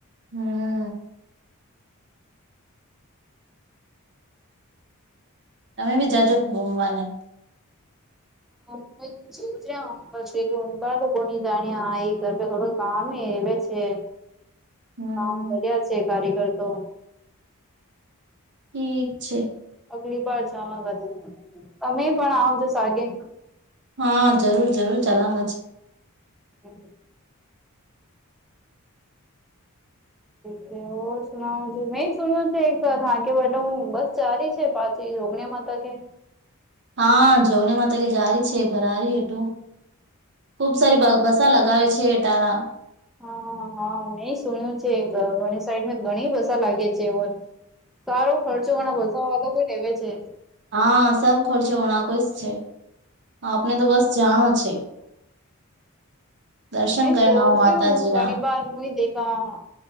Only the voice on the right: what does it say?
હમ તમે બી જાજોવાને
હમ
ઠીક છે.
હા જરૂર જરૂર ચલાંગ
હા જોવની મા કે જારી છે ભરારી એટું ખુબ સારી બસા લગાવે છે એટના
હા સબ ખર્ચો ઓણાકો જ છે આપને તો બસ જાણો છે. દર્શન
કરના
હો માતાજીના